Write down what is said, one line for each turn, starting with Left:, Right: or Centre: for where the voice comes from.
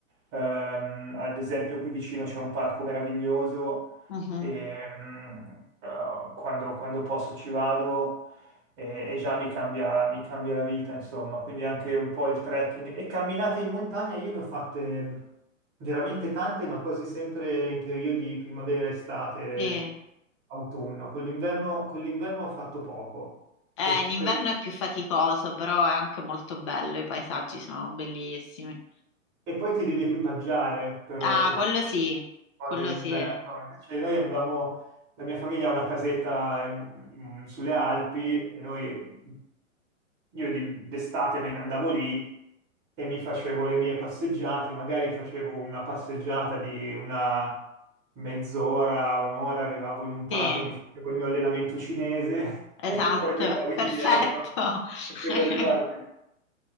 Right: Ehm, ad esempio, qui vicino c'è un parco meraviglioso
Left: Mhm,
Right: e mm, eh, quando, quando posso ci vado e, e già mi cambia, mi cambia la vita, insomma, quindi anche un po' il trekking. E camminate in montagna io ne ho fatte mm, veramente tante, ma quasi sempre in periodi primavera, estate,
Left: sì.
Right: autunno. Con l'inverno con l'inverno ho fatto poco,
Left: Eh,
Right: per,
Left: in inverno
Right: per-
Left: è più faticoso, però è anche molto bello, i paesaggi sono bellissimi.
Right: E poi ti devi equipaggiare per,
Left: Ah,
Right: per
Left: quello
Right: fare
Left: sì,
Right: cose
Left: quello
Right: in inverno.
Left: sì.
Right: Invece noi avevamo, la mia famiglia ha una casetta in- in- sulle Alpi e noi, io di- d'estate me ne andavo lì e mi facevo le mie passeggiate, magari facevo una passeggiata di una mezz'ora, un'ora, arrivavo in un prato,
Left: Sì,
Right: mi facevo il mio allenamento cinese
Left: esatto,
Right: <laughs> e poi tornavo
Left: <laughs>
Right: indietro.
Left: perfetto.
Right: Queste
Left: <laughs>
Right: cose qua. capito?